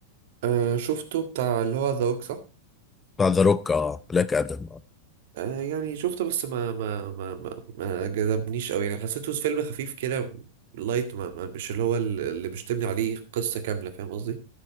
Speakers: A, on the right (about 65°); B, on the left (about 15°).
A: آه شفته بتاع اللي هو ذا روك
B: بتاع ذا روك اه بلاك ادم
A: آه يعني شفته بس ما ما ما ما, ما جذبنيش قوي يعني حسيته فيلم خفيف كده لايت ما ما مش اللي هو ال- اللي مش تبني عليه قصة كاملة فاهم قصدي؟